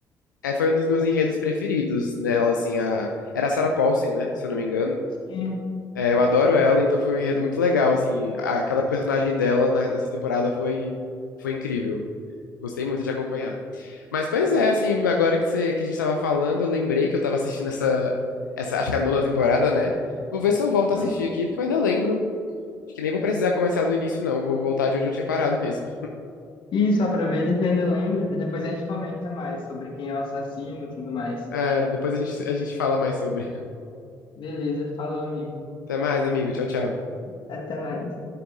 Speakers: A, on the left; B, on the left.
A: É, foi um dos meus enredos preferidos nela, assim, a... Era a Sarah Paulson, né? Se eu não me engano.
B: sim.
A: É, eu adoro ela, então foi um enredo muito legal, assim. a- Aquela personagem dela na- nessa temporada foi, foi incrível. Gostei muito de acompanhar. Mas, pois é, assim, agora que, você, que a gente tava falando, eu lembrei que eu tava assistindo essa, essa, acho que é a nona temporada, né? Vou ver se eu volto
B: Uhum.
A: a assistir aqui, porque eu ainda lembro. Acho que nem vou precisar começar do início, não. Vou voltar de onde eu tinha parado mesmo.
B: Isso, aproveita que ainda lembra e depois a gente comenta mais sobre quem é o assassino e tudo mais.
A: É, depois a gente, a gente fala mais sobre.
B: Beleza, falou, amigo.
A: Até mais, amigo. Tchau, tchau.
B: Até mais.